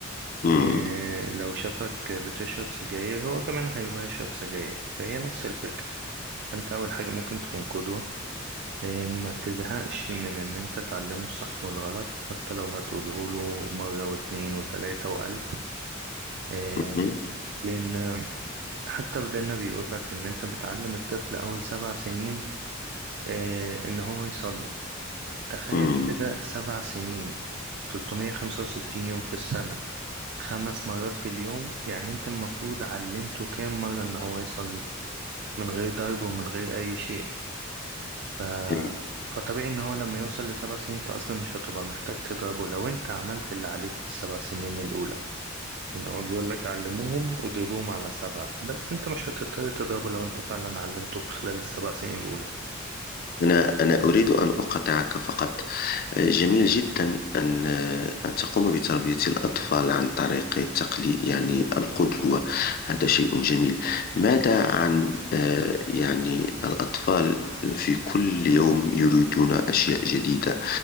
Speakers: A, on the left; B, on the right.
A: مم.
B: إيه لو شافك بتشرب سجاير هو كمان هيبقى يشرب سجاير فهي نفس الفكرة فأنت أول حاجة ممكن تكون قدوة إيه ما تزهقش من إن أنت تعلمه الصح والغلط حتى لو هتقوله له مرة واتنين وتلاتة وألف إيه
A: مم.
B: لأن حتى في ديننا بيقول لك إن أنت بتعلم الطفل أول سبع سنين إيه إن هو يصلي تخيل
A: مم.
B: كده سبع سنين 365 يوم في السنة خمس مرات في اليوم يعني انت المفروض علمته كام مرة ان هو يصلي من غير ضرب ومن غير اي شيء ف...
A: جميل.
B: فطبيعي ان هو لما يوصل لسبع سنين انت اصلا مش هتبقى محتاج تضربه لو انت عملت اللي عليك في السبع سنين الاولى لان هو بيقول لك علموهم واضربوهم على سبع بس انت مش هتضطر تضربه لو انت فعلا علمته في خلال السبع سنين الاولى
A: أنا أنا أريد أن أقاطعك فقط جميل جدا أن أن تقوم بتربية الأطفال عن طريق التقليد يعني القدوة هذا شيء جميل ماذا عن آه، يعني الأطفال في كل يوم يريدون أشياء جديدة